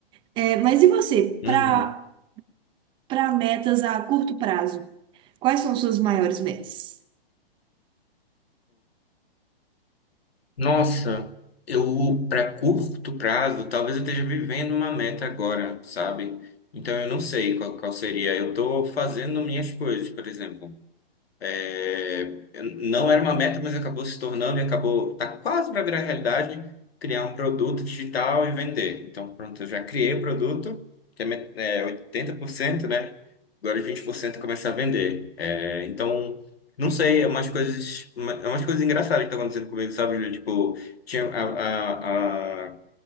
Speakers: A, on the right; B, on the left.
A: É, mas e você,
B: uhum.
A: para para metas a curto prazo? Quais são suas maiores metas?
B: Nossa, eu, para curto prazo, talvez eu esteja vivendo uma meta agora, sabe? Então eu não sei qual, qual seria. Eu tô fazendo minhas coisas, por exemplo. É, não era uma meta, mas acabou se tornando e acabou, tá quase para virar realidade, criar um produto digital e vender. Então, pronto, eu já criei o produto, que é, met- é 80%, né? Agora 20% começar a vender. É, então, não sei, é umas coisas, uma- é umas coisas engraçadas que estão acontecendo comigo, sabe, Júlio? Tipo, tinha a, a, a